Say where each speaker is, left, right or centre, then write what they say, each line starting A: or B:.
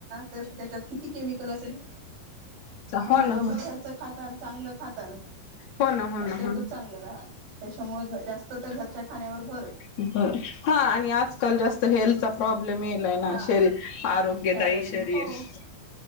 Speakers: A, on the right; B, on the left.
A: क य त्या
B: हो
A: जेव
B: ना हो
A: घरच खात चांगलं खाताल
B: हो ना हो
A: आणि
B: ना
A: तेवढंच
B: हो ना
A: चांगलं राहाल त्याच्यामुळे जास्त तर घरच्या खाण्यावर भर आहे
B: बरं हा आणि आजकाल जास्त हेल्थचा प्रॉब्लेम येलाय ना
A: हा
B: शरीर आरोग्यदायी
A: कारण
B: शरीर
A: हो
B: शरीर